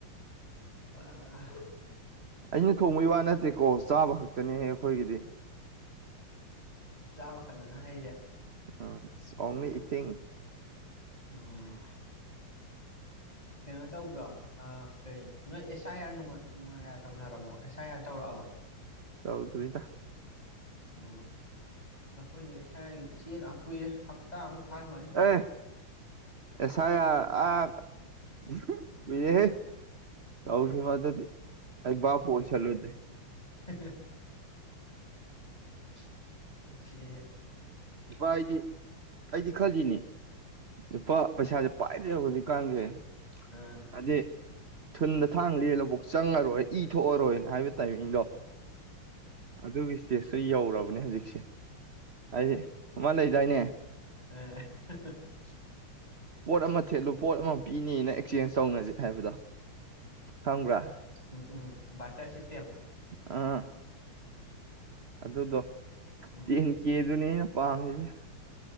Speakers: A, on the left (about 15°); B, on the right (about 45°).
A: ꯑꯥ
B: ꯑꯩꯅ ꯊꯣꯡꯕꯒꯤ ꯋꯥ ꯅꯠꯇ ꯅꯠꯇꯦꯀꯣ ꯆꯥꯕ ꯈꯛꯇꯅꯤꯍꯦ ꯑꯩꯈꯣꯏꯒꯤꯗꯤ
A: ꯆꯥꯕ ꯈꯛꯂ ꯅꯪ ꯈꯩꯁꯦ
B: ꯎꯝ ꯑꯣꯡꯂꯤ ꯏꯇꯤꯡ
A: ꯎꯝ ꯀꯩꯅꯣ ꯇꯧꯕ꯭ꯔꯣ ꯀꯩꯅꯣ ꯅꯣꯏ ꯑꯦꯁ ꯑꯥꯏ ꯑꯥꯔ ꯅꯨꯡꯉꯥꯏ ꯇꯧꯅꯔꯕꯣ ꯑꯦꯁ ꯑꯥꯏ ꯑꯥꯔ ꯇꯧꯔꯛ ꯑꯕꯣ
B: ꯇꯧꯗ꯭ꯔꯤꯗ
A: ꯑꯣ ꯑꯩꯈꯣꯏꯗꯤ ꯑꯦꯁꯥꯏꯒꯤ ꯆꯦꯅ ꯀꯨꯏꯔꯦ ꯍꯞꯇꯥꯃꯨꯛ ꯐꯥꯔꯝꯃꯅꯤ
B: ꯑꯦ ꯑꯦꯁ ꯑꯥꯏ ꯑꯔ <unintelligible> ꯑꯩ ꯚꯥꯞꯄꯨ ꯑꯣꯏꯁꯜ ꯂꯨꯗꯦ
A: ꯍꯦ ꯍꯦ <inaudible> <unintelligible>
B: ꯅꯨꯄꯥ ꯑꯩꯗꯤ ꯑꯩꯗꯤ ꯈꯜꯂꯤꯅꯦ ꯂꯨꯄꯥ ꯄꯩꯁꯥꯁꯦ ꯄꯥꯏꯗ꯭ꯔꯦꯕ ꯍꯧꯖꯤꯛ ꯀꯥꯟꯁꯦ
A: ꯑ
B: ꯍꯥꯏꯗꯤ ꯊꯨꯟꯗ ꯊꯥꯡꯅ ꯂꯦꯜꯂꯕꯧ ꯆꯪꯉꯔꯣꯏ ꯏ ꯊꯣꯛ ꯑꯔꯣꯏꯅ ꯍꯥꯏ ꯇꯥꯏꯃꯤꯡꯗꯣ ꯑꯗꯨꯒꯤ ꯁꯇꯦꯁ ꯁꯤ ꯌꯧꯔꯕꯅꯦ ꯍꯧꯖꯤꯛꯁꯦ ꯍꯥꯏꯗꯤ ꯑꯃ ꯂꯩꯗꯅ ꯌꯥꯏꯅꯦ
A: <unintelligible>
B: ꯄꯣꯠ ꯑꯃ ꯊꯦꯠꯂꯨ ꯄꯣꯠ ꯑꯃ ꯄꯤꯅꯦꯅ ꯑꯦꯛꯆꯦꯟꯁ ꯇꯧꯅꯁꯦ ꯍꯥꯏꯕꯗꯣ ꯈꯪꯕ꯭ꯔꯥ
A: ꯎꯝ ꯎꯝ ꯕꯇꯔ ꯁꯤꯁꯇꯦꯝ
B: ꯑꯥ
A: ꯎꯝ
B: ꯑꯗꯨꯗꯣ
A: ꯎꯝ
B: ꯇꯦꯟ ꯀꯦ ꯑꯩꯅ ꯄꯥꯝꯃꯤꯅ